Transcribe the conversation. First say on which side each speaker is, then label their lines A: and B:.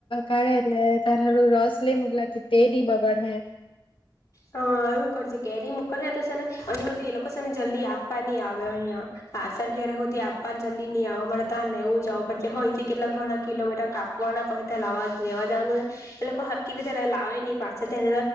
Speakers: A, on the left (about 85°); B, on the left (about 40°).
A: કાળ એ તારું રોસ લ મુગલા તે દ બગ હે
B: હા, એવું કરજ કેરી મોકલ તશે ને અહીં સુધી લોકો ને જલ્દી આપવા નહ આવે અહં પાછળ ઘ્યરે સુધી આપવા જલ્દી નહી આવે અમારે ત્યા લેવું જાવુ અથી કેટલા ઘણા કિલોમીટર કાપવાના પ લવા લેવા જવાનું એ લોકો હરકી રીતે, આવે નહી પાછા તેને